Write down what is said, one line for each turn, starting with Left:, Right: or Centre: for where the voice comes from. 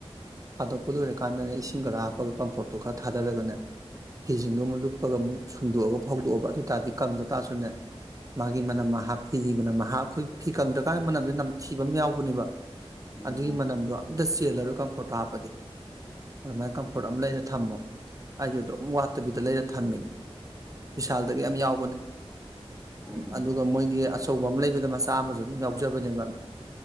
Right: ꯊꯥꯗꯣꯛꯄ ꯂꯣꯏꯔꯀꯥꯟꯗꯅꯦ ꯏꯁꯤꯡ ꯈꯔ ꯍꯥꯞꯄꯒ ꯀꯝꯐꯣꯔꯠꯇꯨ ꯈꯔ ꯊꯥꯗꯔꯒꯅꯦ ꯐꯤꯁꯤꯡꯗꯣ ꯑꯃꯨꯛ ꯂꯨꯞꯄꯒ ꯑꯃꯨꯛ ꯁꯨꯝꯗꯣꯛꯑꯒ ꯐꯧꯗꯣꯛꯑꯕ ꯑꯗꯨ ꯑꯣꯏ ꯇꯥꯔꯗꯤ ꯀꯪꯗ ꯇꯥꯔꯁꯨꯅꯦ ꯃꯥꯒꯤ ꯃꯅꯝ ꯐꯤꯒꯤ ꯃꯅꯝ ꯑꯩꯈꯣꯏ ꯐꯤ ꯀꯪꯗ꯭ꯔꯀꯥꯟꯗ ꯃꯅꯝꯗꯨ ꯅꯝꯊꯤꯕ ꯑꯃ ꯌꯥꯎꯕꯅꯦꯕ
Centre: ꯎꯝ
Right: ꯑꯗꯨꯒꯤ ꯃꯅꯝꯗꯣ ꯑꯝꯇ ꯆꯦꯜꯂꯔꯣꯏ ꯀꯝꯐꯣꯔꯠꯇꯣ ꯍꯥꯞꯄꯗꯤ ꯑꯗꯨꯃꯥꯏꯅ ꯀꯝꯐꯣꯔꯠ
Centre: ꯎꯝ
Right: ꯑꯃ ꯂꯩꯔ ꯊꯝꯃꯣ ꯑꯩꯁꯨ ꯑꯗꯨꯝ ꯋꯥꯠꯇꯕꯤꯗ ꯂꯩꯔ ꯊꯝꯃꯤꯅꯦ ꯁꯥꯜꯗꯒꯤ ꯌꯥꯝ ꯌꯥꯎꯕꯅꯦ
Centre: ꯎꯝ
Right: ꯑꯗꯨꯒ ꯃꯣꯏꯒꯤ ꯑꯆꯧꯕ ꯑꯃ ꯂꯩꯕꯗ ꯃꯆꯥ ꯑꯃꯁꯨ ꯑꯗꯨꯝ ꯌꯥꯎꯖꯕꯅꯦꯕ